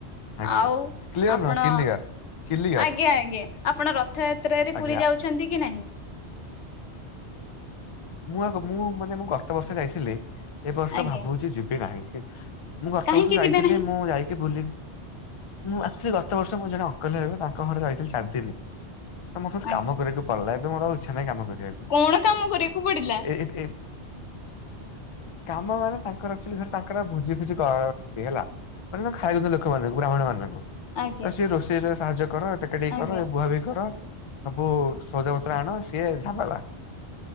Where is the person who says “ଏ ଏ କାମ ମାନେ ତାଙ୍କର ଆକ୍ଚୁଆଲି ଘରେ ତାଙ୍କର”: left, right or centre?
Left